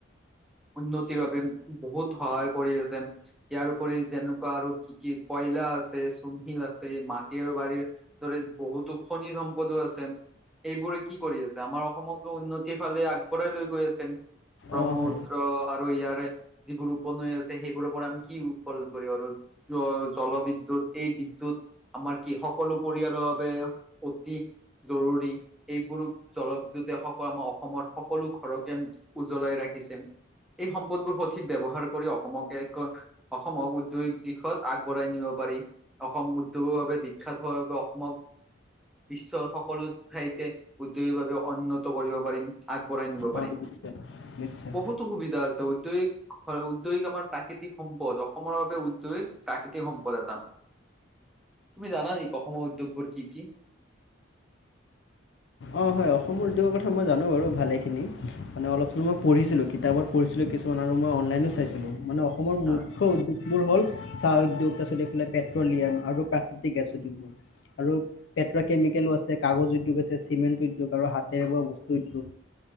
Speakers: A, in the centre; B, on the left.
A: উন্নতিৰ বাবে বহুত সহায় কৰি আছে। ইয়াৰ উপৰি যেনেকুৱা আৰু কি কি কয়লা আছে চূনশিল আছে মাটি আৰু বাৰীৰ দৰে বহুতো খনি সম্পদো আছে এইবোৰে কি কৰি আছ আমাৰ অসমক উন্নতিৰ ফালে আগবঢ়াই লৈ গৈ আছে ব্ৰহ্মপুত্ৰ
B: অ হয়
A: আৰু ইয়াৰে যিবোৰ উপনৈ আছে সেইবোৰৰ পৰা আমি কি উৎপাদন কৰিব আৰু কিয় জলবিদ্যুৎ এই বিদ্যুৎ আমাৰ কি সকলো পৰিয়ালৰ বাবে অতি জৰুৰী এইবোৰ জলবিদ্যুতে সকলো আমাৰ অসমৰ সকলো ঘৰকে উজ্বলাই ৰাখিছে। এই সম্পদবোৰ সঠিক ব্যৱহাৰ কৰি অসমকে একক অসমক উদ্যোগিক দিশত আগবঢ়াই নিব পাৰি। অসম উদ্যোগৰ বাবে বিখ্যাত হোৱাৰ বাবে অসমক বিশ্বৰ সকলো ঠাইতে। উদ্যোগিক ভাৱে উন্নত কৰিব পাৰিম। আগবঢ়াই নিব পাৰিম
B: অ নিশ্চয় নিশ্চয়
A: বহুতো সুবিধা আছে উদ্যোগিক হয় উদ্যোগিক আমাৰ প্ৰাকৃতিক সম্পদ অসমৰ বাবে উদ্যোগিক প্ৰাকৃতিক সম্পদ এটা, তুমি জানা নেকি অসমৰ উদ্যোগবোৰ কি কি?
B: অ হয় অসমৰ উদ্যোগৰ কথা মই জানো বাৰু ভালেখিনি মানে অলপ চলপ মই পঢ়িছিলো কিতাপত, পঢ়িছিলো কিছুমান আৰু মই অনলাইনো চাইছিলো মানে অসমৰ মুখ্য
A: হয়
B: উদ্যোগ, বোৰ হ'ল চাহ উদ্যোগ তাৰপিছত এইফালে পেট্ৰলিয়াম আৰু প্ৰাকৃতিক গেছ উদ্যোগবোৰ। আৰু পেট্ৰ কেমিকেলো আছে কাগজ উদ্যোগ আছে, চিমেণ্ট উদ্যোগ আৰু হাতেৰে বোৱা বস্তু উদ্যোগ